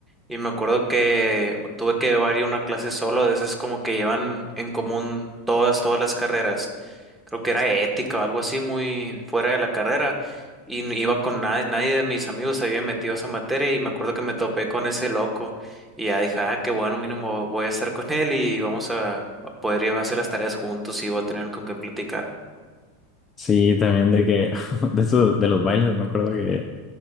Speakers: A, in the centre; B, on the left (about 25°).
A: y me acuerdo que tuve que llevar yo una clase solo, de esas como que llevan en común todas, todas las carreras. Creo que era ética o algo así muy fuera de la carrera. Y n- iba con nadie, nadie de mis amigos se había metido a esa materia y me acuerdo que me topé con ese loco. Y ya dije, ah, qué bueno, mínimo voy a estar con él y vamos a a poder ir a hacer las tareas juntos y voy a tener con quien platicar.
B: Sí, también de que, <laughs> de eso, de los bailes, me acuerdo que...